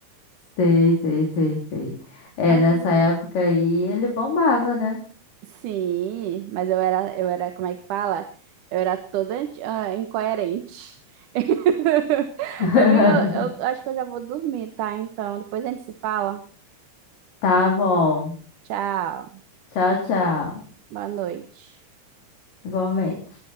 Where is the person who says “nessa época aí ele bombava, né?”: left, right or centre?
Left